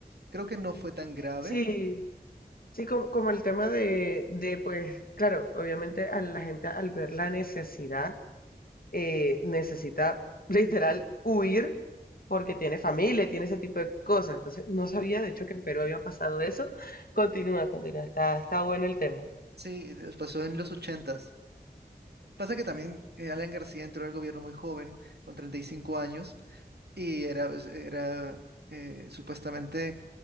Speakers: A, on the right (about 80°); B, on the left (about 60°).
A: Creo que no fue tan grave.
B: Sí, sí, como, como el tema de, de, pues, claro, obviamente a la gente al ver la necesidad, eh, necesita literal huir porque tiene familia, tiene ese tipo de cosas. Entonces, no sabía, de hecho, que en Perú había pasado eso. Continúa, continúa, está, está bueno el tema.
A: Sí, des- pasó en los ochentas. Pasa que también eh, Alan García entró al gobierno muy joven, con 35 años, y era, pues, era eh, supuestamente